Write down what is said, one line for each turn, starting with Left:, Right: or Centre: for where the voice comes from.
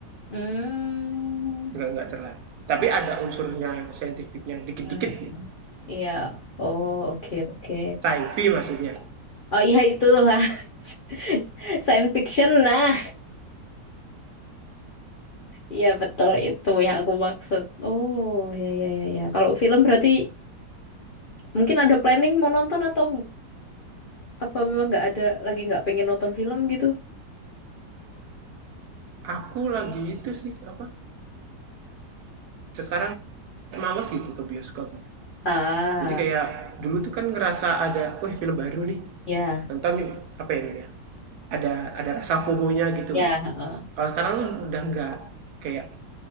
Left: Hmm.
Right: nggak nggak terlalu tapi
Left: Ah,
Right: ada unsurnya scientificnya dikit-dikit
Left: mm, mm, mm. Iya. Oh, oke, oke.
Right: sci-fi maksudnya
Left: Oh iya itu. <laughs> Science fiction. Nah, iya betul itu yang aku maksud. Oh, ya ya ya ya. Kalau film berarti mungkin ada planning mau nonton atau apa memang nggak ada lagi nggak pengen nonton film gitu?
Right: aku lagi itu sih apa sekarang males gitu ke bioskop gitu
Left: Ah,
Right: jadi kayak dulu tuh kan ngerasa ada wih film baru nih
Left: ya.
Right: nonton yuk apa ya ini ya ada ada rasa fomonya gitu
Left: Ya,
Right: kan
Left: heeh.
Right: kalau sekarang tuh udah nggak kayak